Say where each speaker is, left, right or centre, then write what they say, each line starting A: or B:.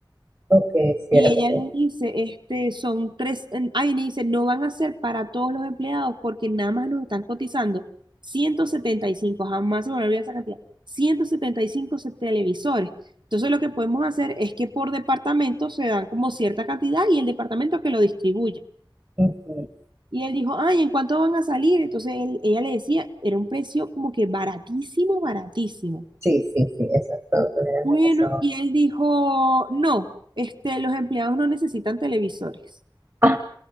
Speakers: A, on the right (about 30°); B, on the right (about 65°).
A: ok, si
B: Y
A: era
B: ella
A: pequeño,
B: le dice, este, son tres, en- ay, le dice, no van a ser para todos los empleados porque nada más nos están cotizando 175, jamás se me olvida esa cantidad, 175 se- televisores. Entonces lo que podemos hacer es que por departamento se dan como cierta cantidad y el departamento que lo distribuya.
A: Ujú.
B: Y él dijo, ay, ¿en cuánto van a salir? Entonces él- ella le decía, era un precio como que baratísimo, baratísimo.
A: Sí, sí, sí, esos productos eran
B: Bueno,
A: demasiado.
B: y él dijo, no, este, los empleados no necesitan televisores.
A: <laughs> Ah,